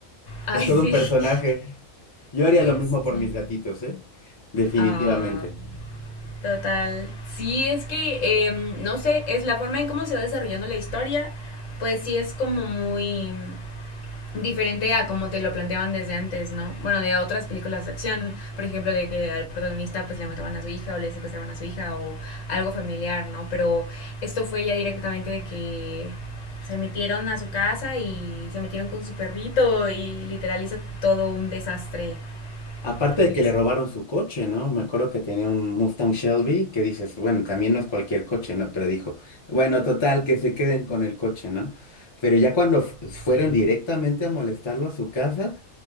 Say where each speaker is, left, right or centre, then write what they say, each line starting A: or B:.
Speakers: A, on the left; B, on the left.
A: <laughs> Ay,
B: Es todo
A: sí.
B: un personaje. Yo haría lo mismo
A: Sí.
B: por mis gatitos, ¿eh? Definitivamente.
A: Ah, total. Sí, es que, em, no sé, es la forma en cómo se va desarrollando la historia, pues sí es como muy diferente a como te lo planteaban desde antes, ¿no? Bueno, de otras películas de acción, por ejemplo, de que al protagonista pues le mataban a su hija o le secuestraban a su hija o algo familiar, ¿no? Pero esto fue ya directamente de que se metieron a su casa y se metieron con su perrito y literal hizo todo un desastre.
B: Aparte de
A: Pues,
B: que le robaron su coche, ¿no? Me acuerdo que tenía un Mustang Shelby que dices, bueno, también no es cualquier coche, ¿no? Pero dijo, bueno, total, que se queden con el coche, ¿no? Pero ya cuando f- fueron
A: Sí,
B: directamente a molestarlo a su casa